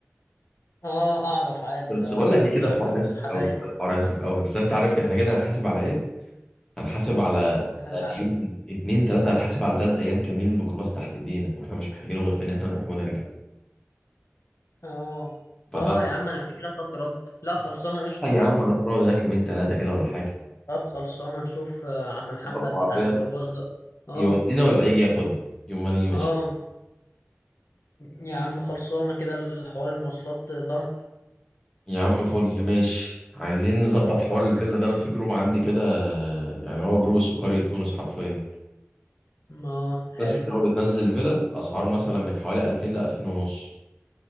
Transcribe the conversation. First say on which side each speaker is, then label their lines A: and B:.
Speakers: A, on the left (about 70°); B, on the left (about 15°).
A: اه اعرف عادي
B: بس
A: آه،
B: بقول لك
A: مفيش
B: ايه كده الحوار
A: اكتر من
B: يسرف
A: الحبايب
B: قوي الحوار يسرف قوي اصل انت عارف كده احنا كده هنحاسب على ايه هنحاسب على يعني
A: هنحاسب
B: يوم اتنين تلاته هنحاسب على تلات ايام كاملين الميكروباص تحت ايدينا واحنا مش محتاجينه غير في ان احنا نروح ونرجع
A: اه
B: فده
A: اه يا عم انا افتكرها صد رد لا خلصانة قشطة
B: آه يا
A: لا
B: عم
A: لا
B: هنروح نقعد هناك يومين تلاته كده ولا حاجه
A: طب خلصانة نشوف آه، عم محمد
B: نظبط العربيه
A: بتاع الميكروباص ده اه
B: يودينا ويبقى يجي ياخدنا يوم ما نيجي ماشيين
A: اه يا عم خلصانة كده الحوار المواصلات ضن
B: يا عم فل ماشي عايزين نظبط حوار الفيلا ده انا في جروب عندي كده يعني هو جروب اسمه قرية تونس حرفيا
A: اه حلو
B: ناس كتير قوي بتنزل فيلل اسعار مثلا من حوالي 2000 ل 2000 ونص